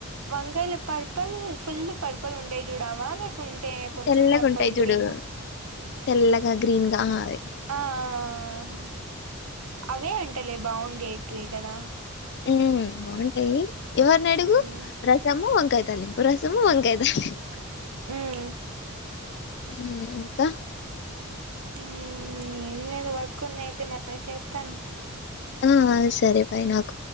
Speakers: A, on the right; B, on the left.
A: వంకాయలు పర్పల్ ఫుల్ పర్పల్ ఉంటాయ్ చూడు అవా లేకుంటే కొంచెం
B: తెల్లగా
A: పర్పల్
B: ఉంటాయి చూడు
A: గ్రీన్
B: తెల్లగా గ్రీన్ గా ఆ అవే
A: ఆ ఆ ఆ అవే అంట లే బాగుండేటివే కదా
B: ఉమ్ బాగుంటాయి ఎవర్ని అడుగు
A: ఉమ్
B: రసము వంకాయ్ తాలింపు రసము వంకాయ తాలింపు
A: ఉమ్
B: ఉమ్ ఇంకా
A: ఉమ్ ఏం లేదు వర్క్ ఉంది అయితే మళ్ళీ చేస్తాను.
B: అమ్ ఆ సరే బాయ్ నాకు